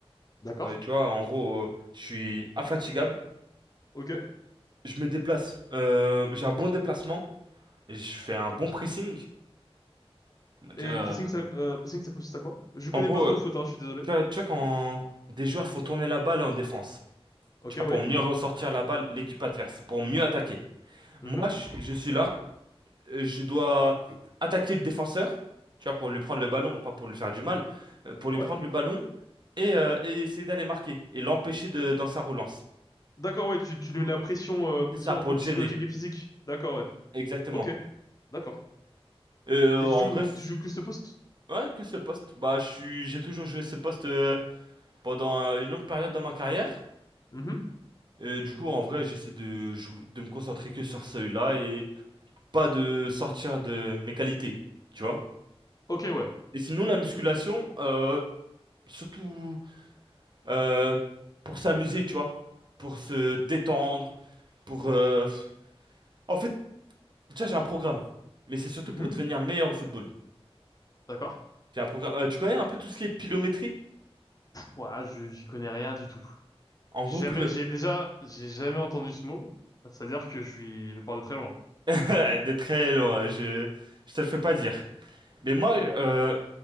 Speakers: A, on the left; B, on the right.
A: D'accord.
B: Euh, tu vois, en gros, euh, je suis infatigable,
A: Ok.
B: je me déplace, euh, j'ai un bon déplacement, je fais un bon pressing. Comment dire,
A: Et
B: euh,
A: pressing, ça, euh, pressing, ça consiste à quoi? Je connais
B: en gros,
A: pas trop
B: euh,
A: le foot, hein, je suis désolé.
B: tu vois, tu vois quand des joueurs font tourner la balle en défense,
A: Ok,
B: tu vois,
A: oui.
B: pour mieux ressortir la balle, l'équipe adverse, pour mieux attaquer.
A: Mhm.
B: Moi, je, je suis là, euh, je dois attaquer le défenseur, tu vois, pour lui prendre le ballon, pas pour lui faire du mal, euh, pour lui
A: Ouais.
B: prendre le ballon et, euh, et essayer d'aller marquer et l'empêcher de, dans sa relance.
A: D'accord, ouais, tu, tu
B: Du
A: lui
B: coup,
A: mets la pression, euh, pression
B: C'est ça, pour
A: un peu
B: le
A: psychologique
B: gêner,
A: et physique. D'accord, ouais.
B: exactement.
A: Ok, d'accord.
B: Euh,
A: Et tu
B: en
A: joues,
B: vrai.
A: tu joues que ce poste?
B: Ouais, que ce poste. Bah, je suis, j'ai toujours joué ce poste euh, pendant euh, une longue période dans ma carrière.
A: Mhm.
B: Et du coup, en vrai, j'essaie de, jou- de me concentrer que sur celui-là et pas de sortir de mes qualités, tu vois.
A: Ok, ouais.
B: Et sinon, la musculation, euh, surtout euh, pour s'amuser, tu vois, pour se détendre, pour. euh, En fait, tu vois, j'ai un programme, mais c'est surtout
A: Mhm.
B: pour devenir meilleur au football.
A: D'accord.
B: J'ai un programme. euh, tu connais un peu tout ce qui est pilométrie?
A: Ouais, je- j'y connais rien du tout.
B: En
A: J'ai
B: gros,
A: Jamais,
B: pilo...
A: j'ai déjà, j'ai jamais entendu ce mot. C'est-à-dire que je suis, je pars de très loin.
B: <laughs> de très loin. Je, je te le fais pas dire. Mais moi, euh,